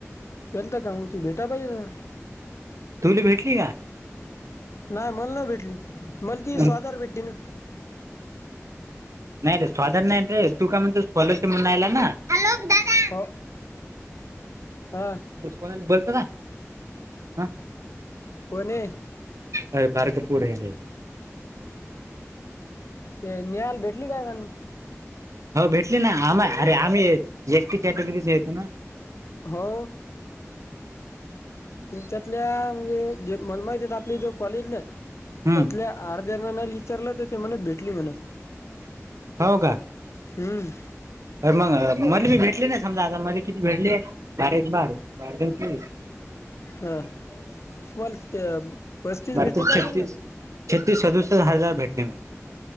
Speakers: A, on the left (about 60°); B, on the right (about 75°).
A: ेलता का त बेटा पाहिजे
B: तुला भेटली का
A: नाही मला न भेटली मला ती
B: नाही
A: स्वादार भेटली ना
B: नाही रे साधार नाही रे तू काय म्हण स्ॉलरशिप म्हणून आयला ना हॅलो दादा
A: हो हा
B: कोणा बोलत का ह
A: कोणे
B: आरे बारक पोर आहे रे
A: ते निहाल भेटली काय काू
B: हो भेटली ना आम्हा अरे आम्ही एस टी कॅटेगरी येतो ना
A: हो तुमच्यातल्या म्हणजे जे मलमाहितेत आपली ज कॉलेजला त्यातल्या
B: हम्म
A: अर्ध्याना नाही विचारलं तर ते म्हणत भेटली म्हणत
B: होा का
A: हम्
B: अर मग मला मी भेटले नाही समजा आता मला किती भेटले बारा एक बार बार दुनी चोविस
A: हा तुम्हाला ते पस्तीस
B: विस
A: भेटत असेल
B: ती छत्तीस
A: ना
B: छत्तीस सदुस हजार भेटतिन म्हले